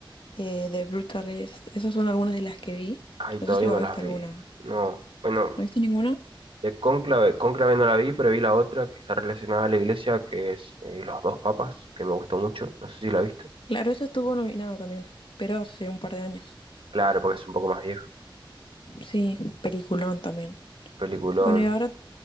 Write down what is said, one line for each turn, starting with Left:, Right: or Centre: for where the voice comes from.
Left: eh, The Brutalist. Esas son algunas de las que vi.
Right: Ay, todavía
Left: No sé si vos
Right: no las
Left: viste
Right: vi.
Left: alguna.
Right: No, bueno,
Left: ¿No viste ninguna?
Right: de Cónclave, Cónclave no la vi, pero vi la otra que está relacionada a la iglesia, que es eh, Los dos papas, que me gustó mucho. No sé si la viste.
Left: Claro, esa estuvo nominada también, pero hace un par de años.
Right: Claro, porque es un poco más vieja.
Left: Sí, peliculón también.
Right: Peliculón.
Left: Bueno, y ahora